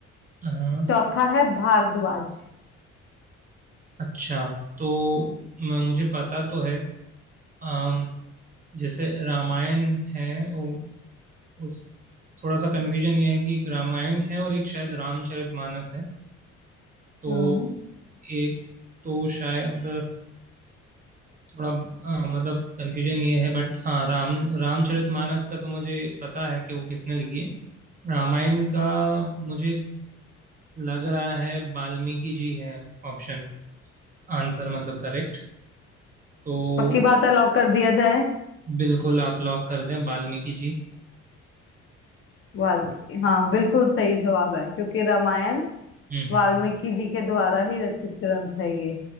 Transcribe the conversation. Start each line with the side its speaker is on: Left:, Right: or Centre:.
Right: हाँ
Left: चौथा है भारद्वाज
Right: अच्छा तो म- मुझे पता तो है अम, जैसे रामायण है उ, उस थोड़ा सा कन्फ्यूजन ये है कि एक रामायण है और एक शायद रामचरितमानस है तो
Left: हम्म
Right: एक तो शायद थोड़ा अ, मतलब कन्फ्यूजन ये है बट हाँ राम रामचरितमानस का तो मुझे पता है कि वो किसने लिखी है रामायण का मुझे लग रहा है वाल्मीकि जी है ऑप्शन आंसर मतलब करेक्ट तो
Left: पक्की बात है लॉक कर दिया जाए
Right: बिल्कुल आप लॉक कर दें वाल्मीकि जी
Left: वाल्मीकि हाँ बिल्कुल सही जवाब है क्योंकि रामायण
Right: हम्म
Left: वाल्मीकि जी के द्वारा ही रचित ग्रंथ है ये